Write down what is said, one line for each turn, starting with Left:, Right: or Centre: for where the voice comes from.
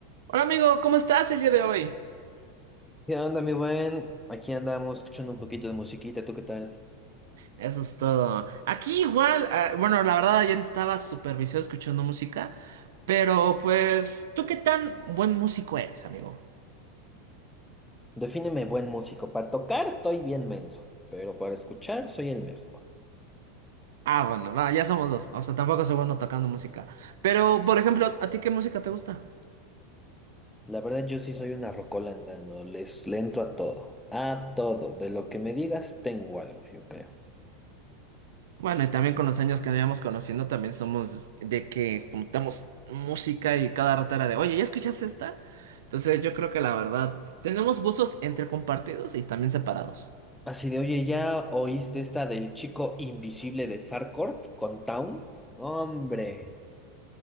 Right: Hola amigo, ¿cómo estás el día de hoy?
Centre: ¿Qué onda, mi buen? Aquí andamos escuchando un poquito de musiquita, ¿tú qué tal?
Right: Eso es todo. Aquí igual, ah, bueno, la verdad ayer estaba súper viciado escuchando música, pero pues, ¿tú qué tan buen músico eres, amigo?
Centre: Defíneme buen músico. Para tocar estoy bien menso, pero para escuchar soy el mejor.
Right: Ah, bueno, no, ya somos dos, o sea, tampoco soy bueno tocando música. Pero, por ejemplo, ¿a ti qué música te gusta?
Centre: La verdad yo sí soy una rocola andando, les, le entro a todo, a todo. De lo que me digas tengo algo, yo creo.
Right: Bueno, y también con los años que nos íbamos conociendo, también somos de que juntamos música y cada rato era de, oye, ¿ya escuchas esta? Entonces yo creo que la verdad, tenemos gustos entre compartidos y también separados.
Centre: Así de, oye, ¿ya oíste esta del chico invisible de Sarkort con Town? Hombre,